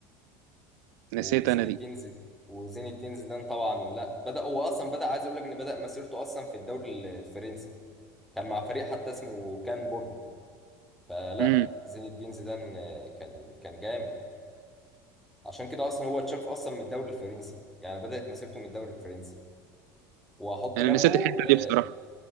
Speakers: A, in the centre; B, on the right.
A: وزين
B: نسيت انا
A: الدين
B: دي
A: زيد وزين الدين زيدان طبعا لا بدا هو اصلا بدا عايز اقول لك ان بدا مسيرته اصلا في الدوري الفرنسي كان مع فريق حتى اسمه كان بوردو فلا
B: امم
A: زين الدين زيدان آه، كان كان جامد عشان كده اصلا هو اتشاف اصلا من الدوري الفرنسي يعني بدات مسيرته من الدوري الفرنسي واحط
B: انا
A: جنبه
B: نسيت الحته
A: آه،
B: دي بصراحه